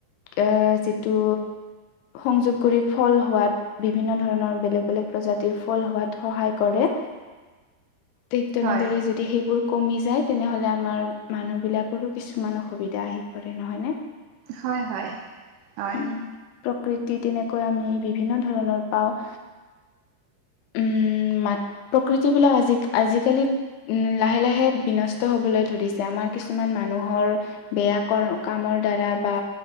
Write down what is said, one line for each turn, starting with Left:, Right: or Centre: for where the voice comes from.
Left: এ যিটো সংযোগ কৰি ফল হোৱাত বিভিন্ন ধৰণৰ বেলেগ বেলেগ প্ৰজাতিৰ ফল হোৱাত সহায় কৰে। ঠিক তেনেদৰে
Right: হয়
Left: যদি সেইবোৰ কমি যায় তেনেহ'লে আমাৰ মানুহবিলাকৰো কিছুমান অসুবিধা আহি পৰে নহয়নে।
Right: হয় হয় হয়।
Left: উম, প্ৰকৃতি তেনেকুৱা আমি বিভিন্ন ধৰণৰ পাওঁ। উম প্ৰকৃতিবিলাক আজিকালি- লাহে লাহে বিনষ্ট হ'বলৈ ধৰিছে। আমাৰ কিছুমান মানুহৰ বেয়া ক কামৰ দ্বাৰা বা